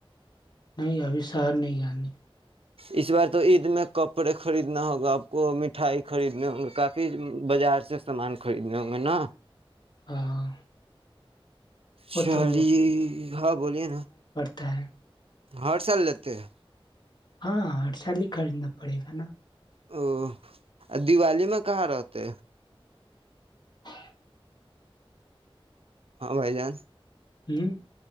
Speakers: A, on the left; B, on the right.
A: نہیں ابھی سر نہیں آنی
B: اس بار تو عید میں کپڑے خریدنا ہوگا آپ کو مٹھائی خریدنے ہوں گے کافی بازار سے سامان خریدنے ہوں گے نا
A: ہاں وہ
B: شال
A: تو
B: جی ہاں بوولے نا
A: تا ہے
B: ہر سال لیتے ہیں
A: ہاں ہر سال ہی خریدنا پڑے گا نا
B: او دیوالی میں کہاں رہتے
A: ہ
B: ہاں بھائی جان
A: ہوں